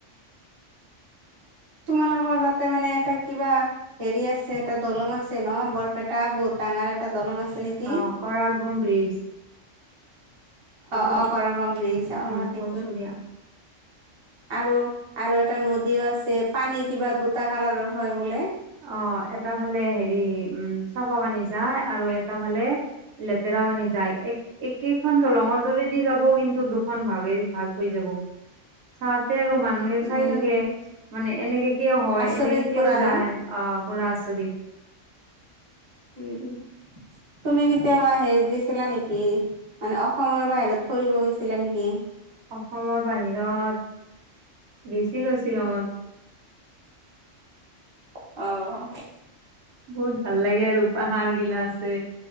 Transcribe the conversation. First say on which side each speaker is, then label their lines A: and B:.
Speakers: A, on the right; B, on the right.
A: তোমালোকৰ তাতে মানে এটা কিবা হেৰি আছে এটা দলং আছে ন বৰপেটা বহুত। ডাঙাৰ এটা দলং আছে। নেকি?
B: অ 'কৰাৰ গ্ৰুম ব্ৰিজ সেইটো
A: অ' অ' কৰগ্ৰম ব্ৰিজ অ
B: উম
A: সেইটো
B: কৈছো দিয়া
A: আৰু আৰু এটা নদীও আছে পানী কিবা দুটা কালাৰৰ হয় বোলে।
B: অ' এটা ফালে হেৰি উম, চাফা পানী যায় আৰু এটা ফালে লেতেৰা মানি যায় এক একেইখন দলঙৰ তলেদি যাব কিন্তু দুখন ভাগে ভাগ হৈ যাব, চাত তাতে আৰু মানুহে
A: উম
B: চাই থাকে মানে এনেকে কিয় হয়
A: আচৰিত
B: এনেকে কিয়
A: কৰা
B: যায়
A: ন
B: অ 'পুৰা আচৰিত।
A: উম তুমি কেতিয়াবা হেৰিত গেছিলা নিকি? মানে অসমৰ বাহিৰত ফুৰিব গৈছিলা নিকি?
B: অসমৰ বাহিৰত গেছিলো শ্বিলঙত
A: <inaudible> অ '
B: বহুত ভাল লাগে আৰু পাহাৰ গিলা আছে